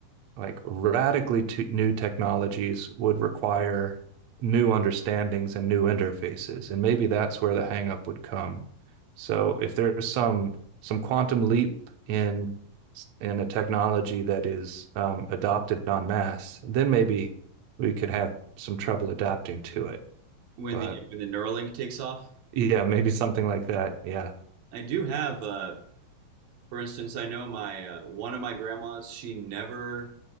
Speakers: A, on the right; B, on the right.
A: like radically t new technologies would require new understandings and new interfaces, and maybe that's where the hangup would come. So if there's some some quantum leap in in a technology that is um, adopted en masse, then maybe we could have some trouble adapting to it.
B: when
A: But
B: the when the Neuralink takes off,
A: yeah, maybe something like that. Yeah.
B: I do have uh, for instance, I know my uh, one of my grandmas. She never